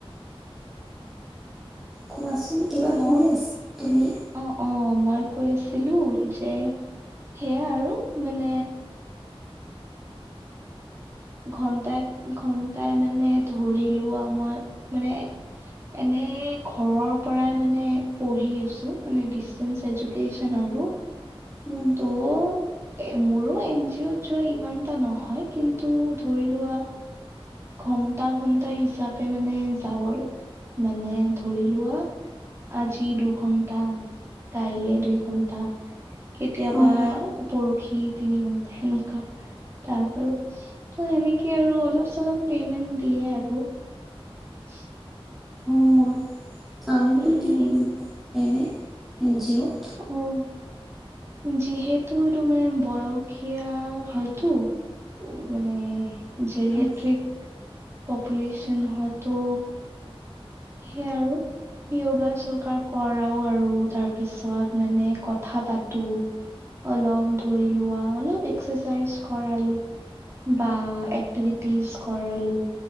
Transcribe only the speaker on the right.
মই
অ অ মই কৈছিলো যে সেয়া আৰু মানে ঘন্টাই ঘন্টাই মানে ধৰিলো আৰু মই মানে এনে ঘৰৰ পৰাই মানে পঢ়ি আছো মানে ডে এজকেচন আৰু
ত' এ মোৰো এন জি অ'ত যোৱা ইমান এটা নহয় কিন্তু ধৰি লোৱা ঘন্টা ঘন্টা হিচাপে মানে যাওঁ আৰু মানে ধৰি লোৱা আজি দুঘণ্টা কাইলে দুই ঘণ্টা কেতিয়াবা
পৰশি তিনিম সেনেকুৱা তাৰপাৰ ত সেনেকে আৰু অলপ চলপ পেমেন্ট দিয়ে আৰু <inaudible>
উম
উম যিহেতু এইটো মানে বয়সীয়া হয়তো মানে জৰিয়েট্ৰিক
পপুল্যচন হয়তো সেয়াই আৰু যোগা চোগ কৰাও আৰু তাৰপিছত মানে কথা পাতো অলপ ধৰি লোৱা অলপ এক্সাৰচাইজ কৰালো। বা এক্টিভিটিজ কৰালো